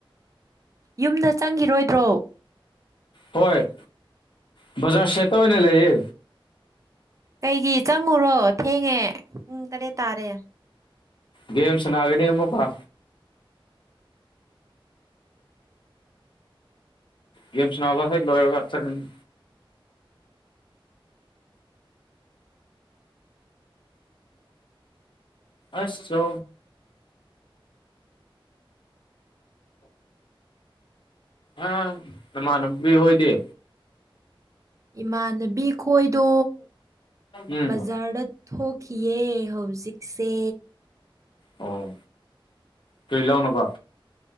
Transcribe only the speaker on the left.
ꯍꯣꯏ ꯕꯖꯥꯔ ꯁꯦꯠꯇ ꯑꯣꯏꯅ ꯂꯩꯌꯦ
ꯒꯦꯝ ꯁꯅꯥꯒꯅꯤ ꯑꯃꯨꯛꯀꯥ ꯒꯦꯝ ꯁꯅꯥꯕ ꯍꯦꯛ ꯂꯣꯏꯔꯒ ꯆꯡꯉꯅꯤ ꯑꯁ ꯆꯣ ꯑꯥ ꯅꯃꯥꯟꯅꯕꯤ ꯍꯣꯏꯗꯤ꯫
ꯎꯝ
ꯑꯣ ꯀꯔꯤ ꯂꯧꯅꯕ